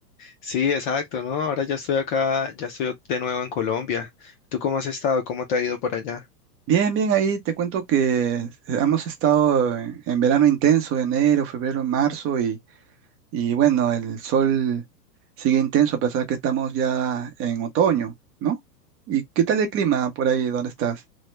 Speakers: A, on the left; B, on the right.
A: Sí, exacto, ¿no? Ahora ya estoy acá, ya estoy de nuevo en Colombia. ¿Tú cómo has estado? ¿Cómo te ha ido por allá?
B: Bien, bien, ahí te cuento que hemos estado en, en verano intenso, enero, febrero, marzo, y, y bueno, el sol sigue intenso a pesar que estamos ya en otoño, ¿no? ¿Y qué tal el clima por ahí donde estás?